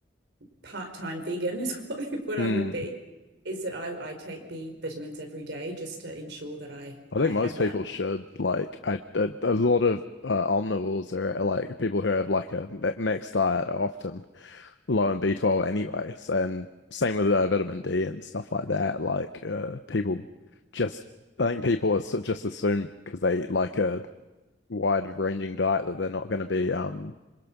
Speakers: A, on the right (about 75°); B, on the left (about 80°).
A: part-time vegan <laughs> is what, what i
B: mm,
A: would be is that I, I take b vitamins every day just to ensure that i
B: I
A: i
B: think
A: have
B: most
A: that
B: people should like I a, a lot of uh, omnivores are like people who have like a mi- mixed diet often low in B12 anyways. And same with uh, vitamin D and stuff like that. Like uh, people just, I think people as- just assume because they eat like a wide ranging diet that they're not going to be um,